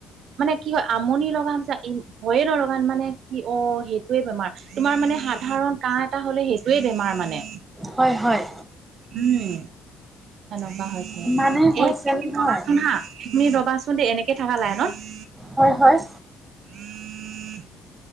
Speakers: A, on the right; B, on the right.
A: মানে কি হয় আমনি লগা যে ভয়ে নলগা মানে কি অ সেইটোৱে বেমাৰ তোমাৰ মানে সাধাৰণ কাঁহ এটা হলে সেইটোৱে বেমাৰ মানে
B: হয় হয়।
A: উম সেনেকুৱা হৈছে
B: ইমানেই হৈছে
A: এক মিনিট
B: নহয়
A: ৰবাচোন হা এক মিনিট ৰবাচোন দেই এনেকে থকা লাইনত
B: হয় হয়।
A: <inaudible>